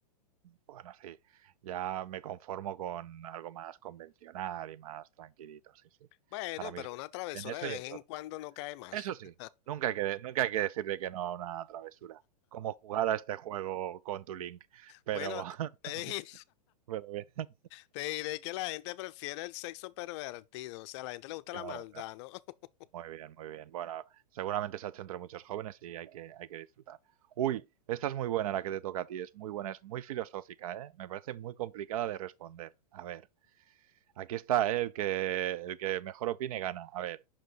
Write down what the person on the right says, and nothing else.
bueno, sí, ya me conformo con algo más convencional y más tranquilito, sí, sí.
Ahora mismo
en eso
y en todo.
Eso
sí, nunca hay que, nunca hay que decirle que no a una travesura, como jugar a este juego con tu link, pero,
<laughs>
pero bien.
Claro,
claro.
Muy bien, muy bien. Bueno, seguramente se ha hecho entre muchos jóvenes y hay que, hay que disfrutar. Uy, esta es muy buena la que te toca a ti, es muy buena, es muy filosófica, ¿eh? Me parece muy complicada de responder. A ver, aquí está, ¿eh? El que, el que mejor opine gana. A ver,